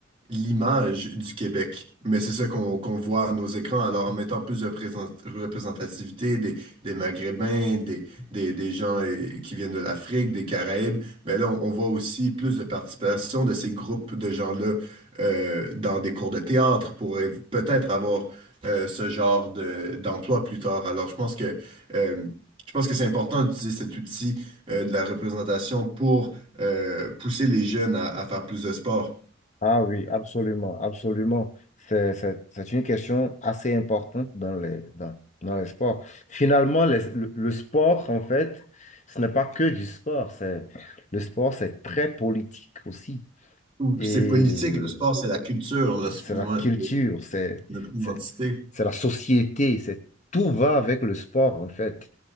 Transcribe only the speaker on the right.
l'image du Québec, mais c'est ça qu'on qu'on voit à nos écrans. Alors, en mettant plus de présent- représentativité des, des Maghrébins, des, des, des gens euh, qui viennent de l'Afrique, des Caraïbes, ben là, on, on voit aussi plus de participation de ces groupes de gens-là euh, dans des cours de théâtre pour euh, peut-être avoir euh, ce genre de, d'emploi plus tard. Alors, je pense que euh, je pense que c'est important d'utiliser cet outil euh, de la représentation pour euh, pousser les jeunes à, à faire plus de sport.
Ou
C'est politique, le sport, c'est la culture, le sp-
ouais,
c'est
notre identité.